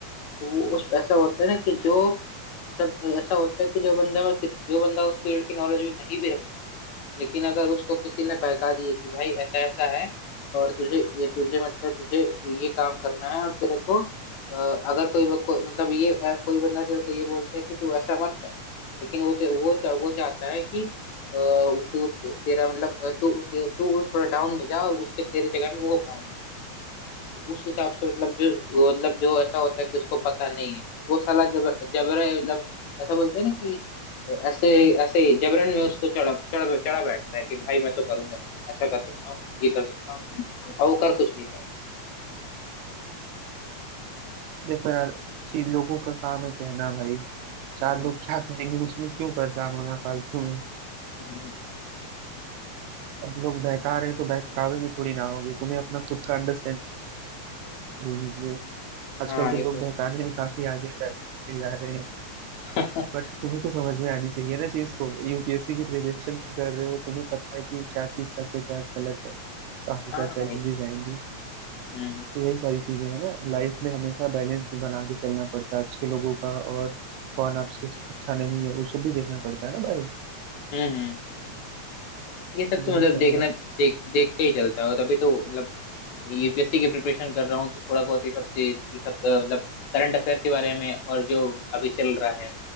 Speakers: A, on the left (about 75°); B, on the right (about 90°).
A: तो वो उस ऐसा होता है ना कि जो तब ऐसा होता है कि जो बंदा किस जो बंदा उस फील्ड की नॉलेज भी नहीं भी रखता लेकिन अगर उसको किसी ने बहका दिए कि भाई ऐसा ऐसा है और तुझे ये तुझे मतलब तुझे ये काम करना है और तेरे को अ, अगर कोई ब- कोई- मतलब ये अ, कोई बंदा तेरे को ये बोलता है कि तू ऐसा मत कर लेकिन वो ते, वो चा- वो चाहता है कि अ, तू तेरा मतलब अ, तू तू थोड़ा डाउन में जा और उसके तेरे जगह में वो पहुंच उस हिसाब से मतलब जो वो मतलब जो ऐसा होता है कि उसको पता नहीं है वो साला जबर जबर मतलब ऐसा बोलते हैं ना कि ऐसे ऐसे ही जबरन में उसको चढ़ा चढ़ा चढ़ा बैठता है कि भाई मैं तो करूंगा ऐसा कर सकता हूँ ये कर सकता हूँ और वो कर कुछ नहीं पाएगा
B: देखो यार चीज लोगों का काम है कहना भाई चार
A: हम्म,
B: लोग क्या कहेंगे उसमें क्यों परेशान होना फालतू
A: हम्म,
B: अब लोग बहका रहे हैं तो बहकावे में थोड़ी ना होगे तुम्हें अपना खुद का अंडरस्टैंडिंग होनी है आजकल
A: हाँ
B: तो
A: ये तो
B: लोग बहकाने में काफी आगे बढ़ते जा रहे हैं
A: है। <laughs>
B: बट तुम्हें तो समझ में आनी चाहिए ना चीज को यूपीएससी की प्रिपरेशन कर रहे हो तुम्हें पता है कि क्या चीज सच है क्या गलत है कहाँ पे क्या
A: हाँ भाई
B: चैलेंजेस आएंगी
A: हम्म
B: तो यही सारी चीजें हैं ना लाइफ में हमेशा बैलेंस बना के चलना पड़ता है अच्छे लोगों का और कौन आपसे अच्छा नहीं है वो सब भी देखना पड़ता है ना भाई
A: हम्म हम्म। ये सब
B: तो
A: तो
B: वही
A: मतलब
B: सब
A: देखना
B: है
A: देख देख के ही चलता है और तभी तो मतलब यूपीएससी की प्रिपरेशन कर रहा हूँ तो थोड़ा बहुत ये सब चीज- ये सब अ, मतलब करंट अफेयर के बारे में और जो अभी चल रहा है